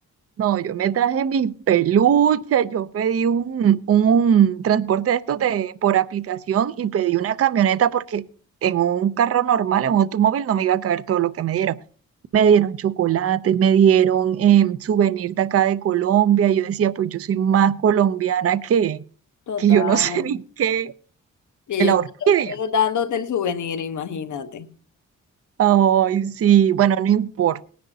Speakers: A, on the right (about 50°); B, on the left (about 75°).
A: no, yo me traje mis peluches, yo pedí un, un transporte de estos de, por aplicación y pedí una camioneta porque en un carro normal, en un automóvil, no me iba a caber todo lo que me dieron. me dieron chocolates, me dieron eh, souvenir de acá de Colombia. Y yo decía, pues yo soy más colombiana que,
B: Total.
A: que yo no sé <laughs> ni qué,
B: Y
A: que la
B: ellos,
A: orquídea.
B: ellos dándote el souvenir, imagínate.
A: Ay, sí, bueno, no importa.